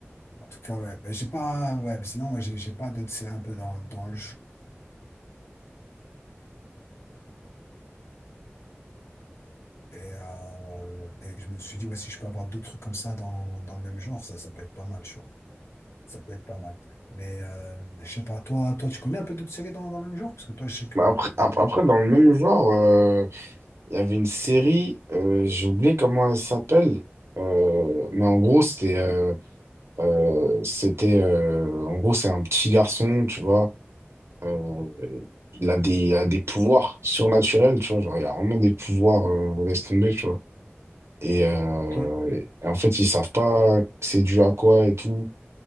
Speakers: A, on the left; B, on the right.
A: En tout cas, ouais. Ben, j'ai pas, ouais, mais sinon, moi, j'ai j'ai pas d'autres séries un peu dans, dans Et, euh, et je me suis dit, ouais, si je peux avoir d'autres trucs comme ça dans, dans le même genre, ça, ça peut être pas mal, tu vois. Ça peut être pas mal. Mais euh, je sais pas, toi, toi, tu connais un peu d'autres séries dans, dans le même genre? Parce que toi, je sais que.
B: Mais Après, ap-
A: t'aimes
B: après,
A: bien.
B: dans le même genre, euh, il y avait une série, euh, j'ai oublié comment elle s'appelle, euh, mais en gros, c'était, euh, euh, c'était, euh, en gros, c'est un petit garçon, tu vois. euh, il a des, il a des pouvoirs surnaturels, tu vois. Genre, il a vraiment des pouvoirs, euh, laisse tomber, tu vois. Et, euh,
A: Ok,
B: et en fait, ils savent pas c'est dû à quoi et tout.